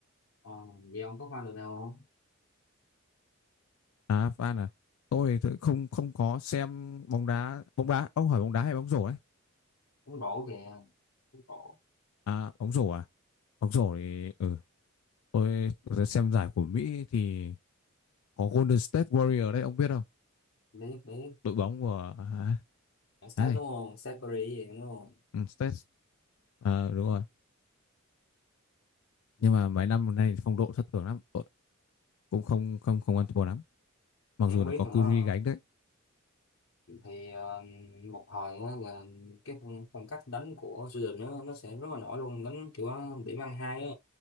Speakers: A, on the left (about 60°); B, on the left (about 80°).
A: ờ vậy ông có fan được nào không
B: à Phan à tôi
A: ừ
B: thì tôi không không có xem bóng đá bóng đá ông hỏi bóng đá hay bóng rổ đấy
A: bóng rổ kìa bóng rổ
B: à bóng rổ à bóng rổ thì ừ tôi, tôi xem giải của Mỹ thì có Golden State Warrior đấy ông biết không
A: biết biết
B: đội bóng của à,
A: ở Steph
B: đấy,
A: đúng không Steph Curry gì đúng không
B: ừ, State à, đúng rồi
A: Ừ.
B: nhưng mà mấy năm nay phong độ thất thường lắm đội cũng không không không ăn thua lắm mặc
A: thì
B: dù
A: không
B: nó
A: biết
B: có
A: nữa
B: Curry gánh đấy
A: thì ờ, một hồi á là cái phong, phong cách đánh của Sweden nó nó sẽ rất là nổi luôn đánh kiểu ờ, điểm ăn hai á